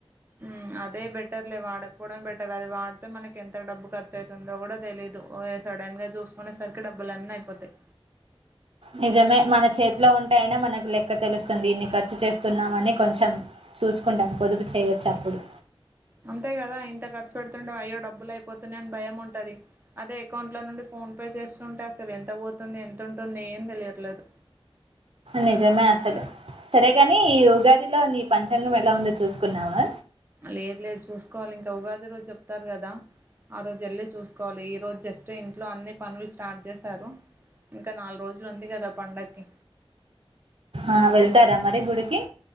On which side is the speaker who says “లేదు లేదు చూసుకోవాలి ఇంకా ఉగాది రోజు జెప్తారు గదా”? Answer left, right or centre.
Right